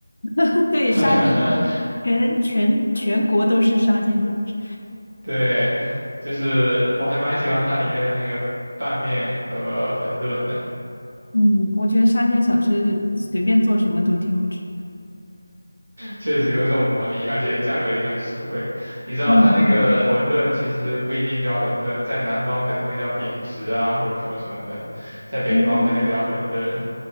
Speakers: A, on the left; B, on the right.
A: <laughs> 对，
B: <laughs>
A: 沙县小吃，全全全国都是沙县小吃。
B: 对，就是我还蛮喜欢它里面的那个拌面和馄饨的。
A: 嗯，我觉得沙县小吃随便做什么都挺好吃。
B: 确实有一种魔力，而且价格也很实惠。你知道它那个馄饨其实不一定叫馄饨，
A: 嗯嗯，
B: 在南方可能会叫扁食啊，或者说什么的，在北方它就叫馄饨。
A: 哦，